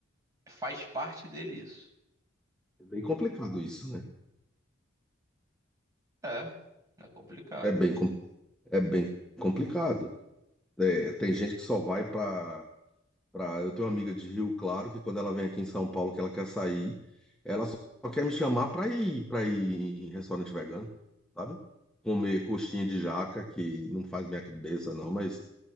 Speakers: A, on the right; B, in the centre.
A: faz parte dele isso.
B: É bem complicado isso, né?
A: É, é complicado.
B: É bem, com- é bem complicado. É, tem gente que só vai para para. Eu tenho uma amiga de Rio Claro que quando ela vem aqui em São Paulo que ela quer sair, ela só quer me chamar para ir para ir em restaurante vegano, sabe? Comer coxinha de jaca que não faz minha cabeça não, mas